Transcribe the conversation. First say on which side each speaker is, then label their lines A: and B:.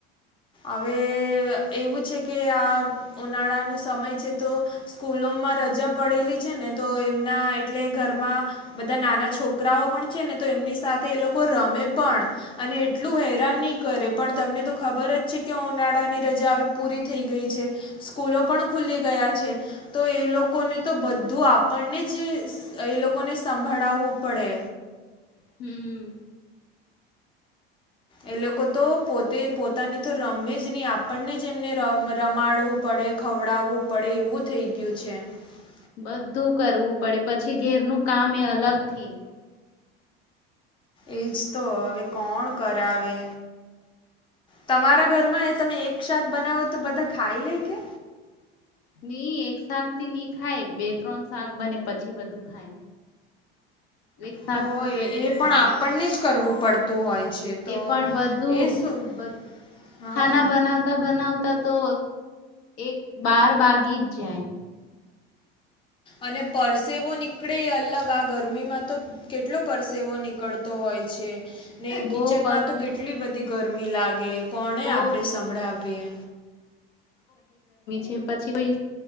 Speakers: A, on the left (about 15°); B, on the left (about 65°).
A: અવે એવું છે કે આ ઉનાળાનો સમય છે તો સ્કૂલો માં રજા પડેલી છે ને તો એમના એટલે ઘરમાં બધા નાના છોકરાઓ પણ છે ને તો એમની સાથે એ લોકો રમે પણ અને એટલું હેરાન ની કરે પણ તમને તો ખબર જ છે કે ઉનાળા ની રજા અવે પૂરી થઈ ગઈ છે સ્કૂલો પણ ખુલી ગયા છે તો એ એ લોકોને તો બધું આપણને જ એ લોકોને સંભળાવવું પડે.
B: હમ્મ.
A: એ લોકો તો પોતે પોતાની. તો રમે જ ની આપણને જ એમને ર રમાડવું પડે ખવડાવવું પડે એવું થઈ ગીયું છે. છે.
B: બધું કરવું પડે પછી ઘેરનું કામ એ અલગથી
A: એજ તો હવે કોણ કરાવે. તમારા ઘરમાં એ તમે એક શાક બનાવો તો બધા ખાઈ લે કે?
B: નઈ એક શાક થી નહી ખાય બે ત્રણ શાક બને પછી બધું ખાય. એક શાક
A: તો
B: થી કઈ
A: એ
B: નહી
A: પણ
B: થાય
A: આપણને જ કરવું પડતું હોય છે તો
B: એ પણ બધું
A: એ શું? હા
B: ખાના બનાવતા બનાવતા તો એક બાર બાગી જ જાય.
A: અને પરસેવો નીકળે અલગ આ ગરમીમાં તો કેટલો પરસેવો નીકળતો હોય છે ને
B: બો
A: કિચન
B: પસી
A: માં તો કેટલી બધી ગરમી લાગે કોને
B: બો
A: આપડે સંભળાવીએ.
B: તે પછી કોઈ